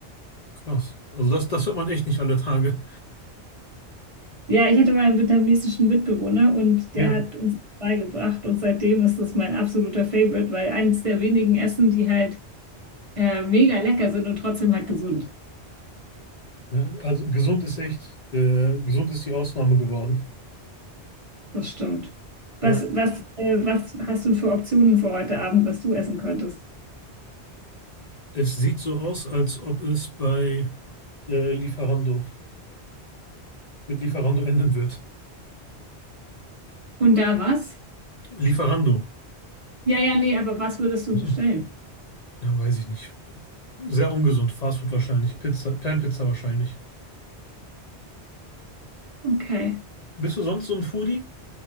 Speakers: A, on the left (about 45°); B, on the right (about 35°).
A: Krass. Also das, das hört man echt nicht alle Tage.
B: Ja, ich hatte mal einen vietnamesischen Mitbewohner und
A: Ja,
B: der hat uns beigebracht und seitdem ist das mein absoluter Favorite, weil eines der wenigen Essen, die halt äh, mega lecker sind und trotzdem halt gesund.
A: ja, also gesund ist echt, äh, gesund ist die Ausnahme geworden.
B: Das stimmt.
A: Ja.
B: Was, was, äh, was hast du für Optionen für heute Abend, was du essen könntest?
A: Es sieht so aus, als ob es bei äh, Lieferando mit Lieferando enden wird.
B: Und da was?
A: Lieferando.
B: Ja, ja, nee, aber was würdest du
A: So.
B: bestellen?
A: Ja, weiß ich nicht. Sehr ungesund. Fastfood wahrscheinlich. Pizza, Pan-Pizza wahrscheinlich.
B: Okay.
A: Bist du sonst so ein Foodie?